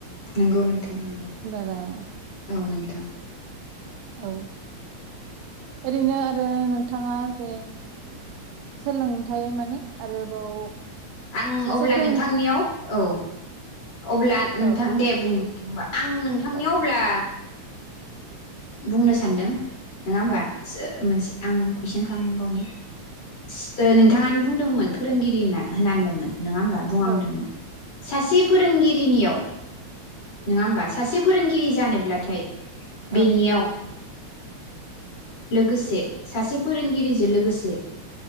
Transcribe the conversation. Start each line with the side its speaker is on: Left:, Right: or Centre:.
Left: नोंगौ नोंथां नोंगौ
Right: आरो औ
Left: औ नोंथां
Right: औ ओरैनो आरो नोंथाङा जे सोलोंथाइ माने आरोबाव
Left: आं
Right: सासे
Left: अब्ला
Right: फोरों
Left: नोंथांनियाव औ अब्ला नोंथां
Right: औ
Left: दे बुं होमबा आं नोंथांनियाव
Right: औ
Left: अब्ला बुंनो सान्दों नङा होमबा
Right: औ
Left: सो मोनसे आं कुइसन खालामबावनि सि ओ नोंथाङानो बुंदोंमोन फोरोंगिरिना होनानदोंमोन नोङा होमबा बुंहांदोंमोन
Right: औ
Left: सासे फोरोंगिरिनियाव नङा होमबा सासे फोरोंगिरि जानोब्लाथाय
Right: औ
Left: बेनियाव लोगोसे सासे फोरोंगिरिजो लोगोसे